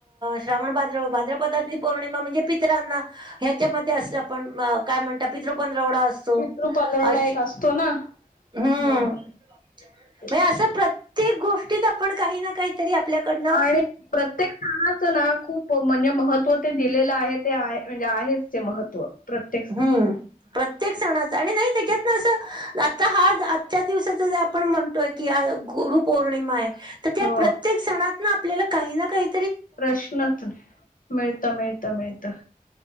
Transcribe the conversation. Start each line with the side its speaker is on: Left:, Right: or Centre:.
Right: श्रावण भाद्र भाद्रपदातली पौर्णिमा म्हणजे. पित्रांना ह्याच्यामध्ये, अस पण काय म्हणत पितृ पंधरवडा अस तो
Left: पितृ पंधरवडा
Right: अशी
Left: एक असतो ना.
Right: हम्म
Left: हां, तेच.
Right: म असं प्रत प्रत्येक गोष्टीत आपण काही ना काही. तरी आपल्याकडून.
Left: आणि प्रत्येक खछानाचं ना खूप म्हणजे महत्त्व ते दिलेलं आहे ते आहे म्हणजे आहेच ते महत्त्व प्रत
Right: हम्म. प्रत्येक सणाच आणि नाही त्याच्यात ना असं आता हा आजच्या दिवसाच जे आपण म्हण तोय की आ गुरु पूर्णिमा आहे तर त्या
Left: हो
Right: प्रत्येक सणात ना आपल्याला काही ना काही.
Left: प्रश्नच, मिळत मिळत मिळत.